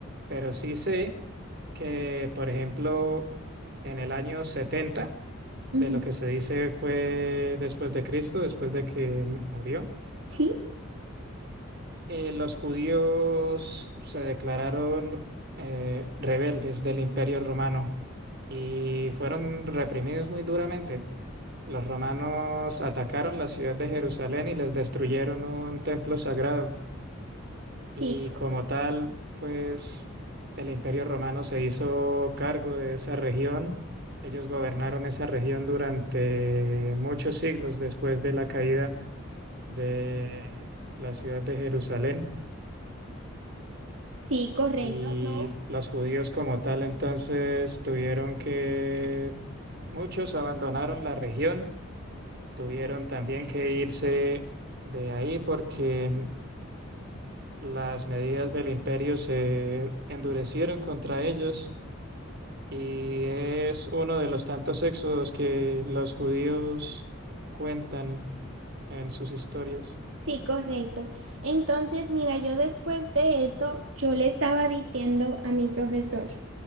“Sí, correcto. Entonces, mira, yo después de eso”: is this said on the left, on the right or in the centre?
Right